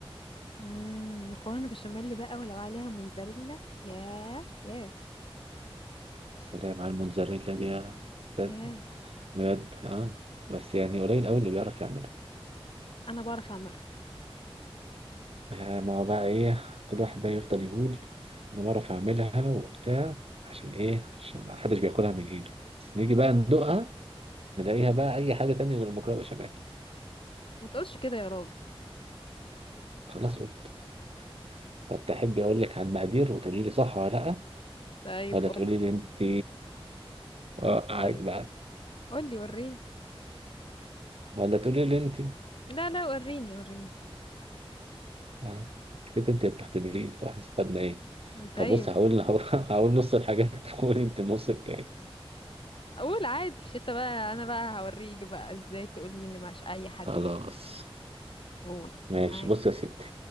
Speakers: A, on the left; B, on the right.
A: امم مكرونه بشاميل بقى ولو عليها موتزاريلا ياه ياه
B: بس اللي هي مع الموتزاريلا دي يا أستاذ.
A: ياه
B: بجد اه بس يعني قليل قوي اللي بيعرف يعملها
A: انا بعرف اعملها
B: يعني ما هو بقى ايه كل واحد بقى يفضل يقول انا بعرف اعملها وبتاع عشان ايه عشان ما حدش بياكلها من ايده بس نيجي بقى ندوقها نلاقيها بقى اي حاجه تانية غير المكرونه بشاميل
A: ما تقولش كده يا راجل
B: خلاص قلت طب تحبي اقول لك على المقادير وتقولي لي صح ولا لا
A: طيب
B: ولا
A: قول
B: تقولي لي انت اه قاعد
A: قول
B: بقى
A: قولي وريني
B: ولا تقولي لي انت
A: لا لا وريني وريني
B: آه. كده انت بتختبرين طب احنا استفدنا ايه
A: طيب
B: طب بص هقول
A: قول
B: <laughs> هقول نص الحاجات وقولي انت النص التاني
A: اقول عادي مش انت بقى انا بقى هوريك بقى ازاي تقولي ان مش اي حد
B: خلاص
A: بيقى قول
B: ماشي
A: معاك
B: بص يا ستي